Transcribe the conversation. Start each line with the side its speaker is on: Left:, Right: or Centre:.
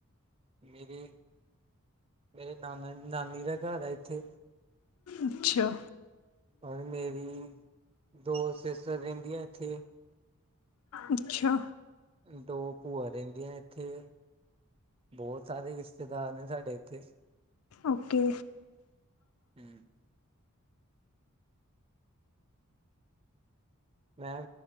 Right: ਮੇਰੇ ਮੇਰੇ ਨਾਨਾ ਨਾਨੀ ਦਾ ਘਰ ਐ ਇੱਥੇ।
Left: ਅੱਛਾ।
Right: ਔਰ ਮੇਰੀ ਦੋ ਸਿਸ ਰਹਿੰਦੀਆਂ ਇੱਥੇ।
Left: ਅੱਛਾ।
Right: ਦੋ ਭੂਆ ਰੈੰਦੀਆਂ ਏਥੇ। ਬਹੁਤ ਸਾਰੇ ਰਿਸ਼ਤੇਦਾਰ ਨੇ ਸਾਡੇ ਇੱਥੇ।
Left: ਓਕੇ।
Right: ਹੂੰ। ਮੈਂ